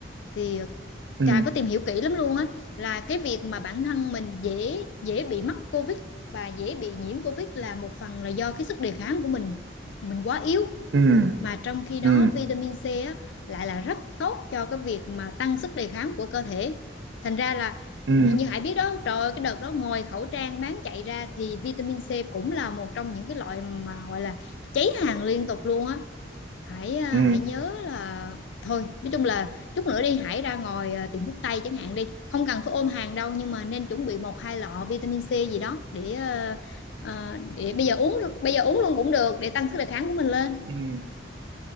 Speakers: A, on the left; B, on the right.
A: thì ờ,
B: ừ
A: Trà có tìm hiểu kỹ lắm luôn á là cái việc mà bản thân mình dễ dễ bị mắc COVID và dễ bị nhiễm COVID là một phần là do cái sức đề kháng của mình mình quá yếu
B: ừ
A: mà trong khi đó
B: ừ
A: vitamin C á, lại là rất tốt cho cái việc mà tăng sức đề kháng của cơ thể thành ra là như
B: ừ
A: Hải biết đó trời ơi, cái đợt đó ngoài khẩu trang bán chạy ra thì vitamin C cũng là một trong những cái loại mà gọi là cháy hàng liên tục luôn á hãy à,
B: ừ
A: hãy nhớ là thôi nói chung là chút nữa đi hãy ra ngoài à, tiệm thuốc tây chẳng hạn đi không cần phải ôm hàng đâu nhưng mà nên chuẩn bị một hai lọ vitamin C gì đó để à, à, để bây giờ uống bây giờ uống luôn cũng được để tăng sức đề kháng của mình lên
B: ừ ừ.